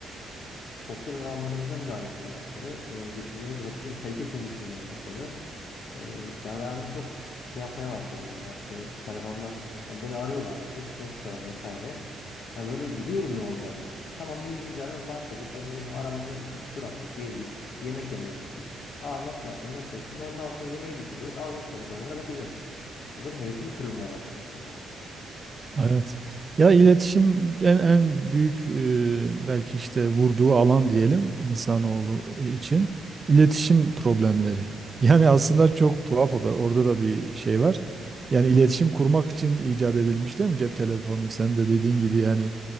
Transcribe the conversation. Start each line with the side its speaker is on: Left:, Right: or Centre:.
Left: sosyal alanlarımıza müdahale etmeye başladı. Ee, geçirdiğimiz vakitin kalitesini düşürmeye başladı. Ee, ben ben bu çok şey yapmaya başladım yani artık böyle telefonla ya beni arıyorlar mesela dışarı çıkalım vesaire. Hani böyle biliyorum ne olacağını az çok. Tamam iyi güzel başladık. Hani ne bileyim, arabada iki tur attık, gezdik, yemek yemeye gittik. Aa nasıl yaptın, nasıl ettin? Ondan sonra yemeği bitirecek, alacak telefonu eline bakacak. Ya böyle hevesim kırılmaya başladı bu konuda yani.
Right: Evet. Ya iletişim en, en büyük e, belki işte vurduğu alan diyelim insanoğlu için iletişim problemleri. Yani aslında çok tuhaf o da orada da bir şey var. Yani iletişim kurmak için icat edilmiş değil mi cep telefonu? Sen de dediğin gibi yani